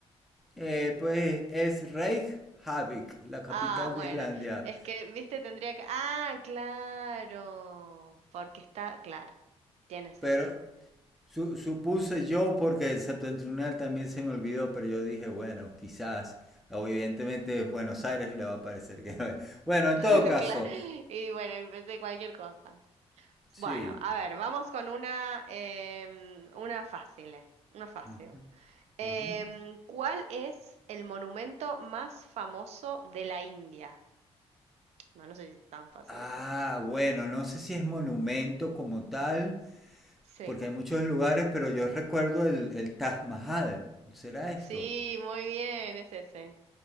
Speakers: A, in the centre; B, on the right.
A: Eh, pues es Reykjavik, la capital
B: Ah,
A: de
B: bueno.
A: Islandia.
B: Es que, viste, tendría que... Ah, claro. Porque está... Claro. Tiene sentido.
A: Pero su- supuse yo, porque el septentrional también se me olvidó, pero yo dije, bueno, quizás, evidentemente Buenos Aires le va a parecer que no es. Bueno, en
B: <laughs>
A: todo caso,
B: Claro. Y bueno, empecé cualquier cosa.
A: sí.
B: Bueno, a ver, vamos con una, em, una fácil, eh, una fácil.
A: Ujú,
B: Em,
A: ujú.
B: ¿cuál es el monumento más famoso de la India? Bueno, no sé si es tan fácil,
A: Ah,
B: pues.
A: bueno, no sé si es monumento como tal,
B: Sí.
A: Porque hay muchos lugares, pero yo recuerdo el, el Taj Mahal. ¿Será esto?
B: Sí, muy bien, es ese.